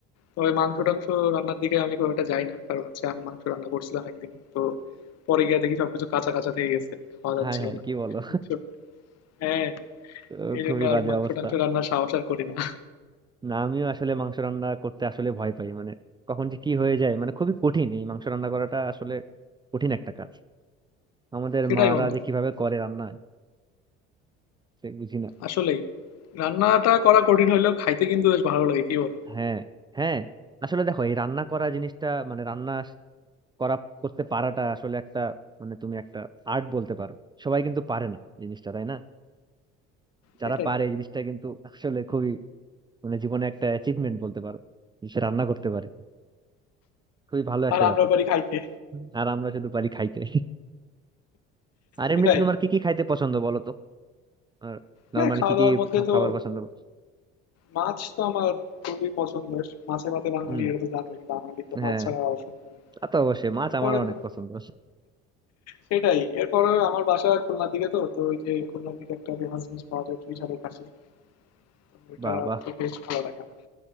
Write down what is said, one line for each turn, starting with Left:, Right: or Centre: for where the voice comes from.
Left: তবে মাংস টাংস রান্নার দিকে আমি খুব একটা যাই না কারণ হচ্ছে আমি মাংস রান্না করছিলাম একদিন তো পরে গিয়ে দেখি সবকিছু কাঁচা কাঁচা থেকে গেছে খাওয়া যাচ্ছিল
Right: হায় হায়
Left: না
Right: কি বলো
Left: বুঝছো? হ্যাঁ
Right: তো
Left: এই
Right: খুবই
Left: জন্য আর
Right: বাজে
Left: মাংস
Right: অবস্থা
Left: টাংস রান্নার সাহস আর করি না
Right: না আমিও আসলে মাংস রান্না করতে আসলে ভয় পাই মানে কখন যে কি হয়ে যায় মানে খুবই কঠিন এই মাংস রান্না করাটা আসলে কঠিন একটা কাজ আমাদের
Left: সেটাই
Right: মারা
Left: বন্ধু
Right: যে কিভাবে করে রান্না সে বুঝি না
Left: আসলেই রান্নাটা করা কঠিন হলেও খাইতে কিন্তু বেশ ভালো লাগে কি বলো
Right: হ্যাঁ হ্যাঁ আসলে দেখো এই রান্না করা জিনিসটা মানে রান্না করা করতে পারাটা আসলে একটা মানে তুমি একটা আর্ট বলতে পারো সবাই কিন্তু পারে না জিনিসটা তাই না যারা
Left: সেটাই
Right: পারে এই জিনিসটা কিন্তু আসলে খুবই মানে জীবনে একটা অ্যাচিভমেন্ট বলতে পারো যে সে রান্না করতে পারে খুবই ভালো একটা
Left: আর
Right: ব্যাপার
Left: আমরা পারি খাইতে
Right: আর আমরা শুধু পারি খাইতে আর এমনিতে
Left: সেটাই
Right: তোমার কি কি খাইতে পছন্দ বলো তো আর নর্মালি
Left: হ্যাঁ খাওয়া
Right: কি
Left: দাওয়ার
Right: কি
Left: মধ্যে
Right: খা-
Left: তো
Right: খাবার পছন্দ করো
Left: মাছ তো আমার খুবই পছন্দের মাছে ভাতে বাঙালি
Right: হুম
Left: এটা তো জানোই বাঙালি তো
Right: হ্যাঁ
Left: মাছ ছাড়া অসম্ভব না।
Right: তা তো অবশ্যই মাছ
Left: এরপরে
Right: আমার অনেক
Left: ধরো
Right: পছন্দ
Left: সেটাই এরপরে আমার বাসা খুলনার দিকে তো তো ওই যে খুলনার দিকে একটা ফেমাস জিনিস পাওয়া যায় চুই ঝালের কাশি তো এটা
Right: বাবা
Left: তো বেশ ভালো লাগে আমার